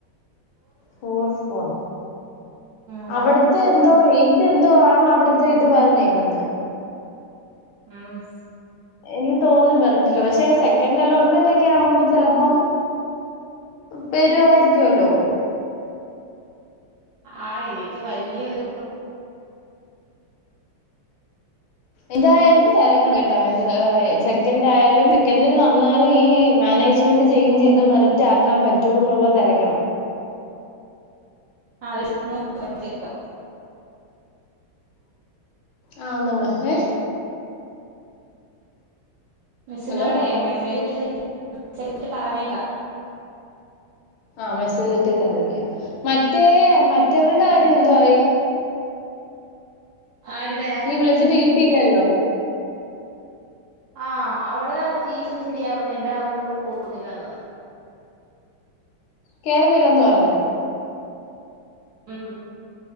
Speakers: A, on the left; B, on the right.
A: ഫോർ ഫോർ
B: അതാണ്
A: അവിടുത്തെ
B: സെവൻ
A: എന്തോ
B: പോയിന്റ്
A: വെയിറ്റ് എന്തോ ആണോ അവിടുത്തെ ഇത് പറഞ്ഞേക്കുന്നെ
B: ആഹ്
A: എനിക്ക് തോന്നുന്നു മെറിറ്റില് പക്ഷെ സെക്കൻഡ് അലോട്ട്മെന്റ് ഒക്കെ ആവുമ്പോ ചെലപ്പം തരുവായിരിക്കുവല്ലോ.
B: ആഹ് എനിക്ക് വലിയൊരു
A: എന്തായാലും തെരക്കണട്ടോ എന്താ സെക്കൻഡ് ആയാലും സെക്കൻന്റിന് വന്നാലും ഈ മാനേജ് ജ്മെൻറ് ചെയ്ഞ്ച് ചെയ്ത് മെറിറ്റാക്കാൻ പറ്റോ ന്നുള്ളത് തെരക്കണം.
B: <unintelligible>
A: ആഹ് <unintelligible>
B: മിസ്സിനോടെ
A: ഹലോ
B: മെസ്സേജ് ഇട്ട് മെസ്സേജ്ട്ട് പറഞ്ഞേക്കാം
A: ആഹ് മെസ്സേജ്ട്ട് തിരക്ക മറ്റേ മറ്റവള്ടെ
B: ഉം.
A: കാര്യം എന്തായി.
B: ആരുടെ
A: നീ വിളിച്ചിട്ട് കിട്ടിയില്ലല്ലോ
B: ആഹ് അവള് ഫീസും ശരിയാവുന്നല്ല അതുകൊണ്ട് ഇവള് പോകുന്നില്ലന്ന് പറഞ്ഞു.
A: കേറുന്നില്ലന്ന് പറഞ്ഞോ?
B: ഉം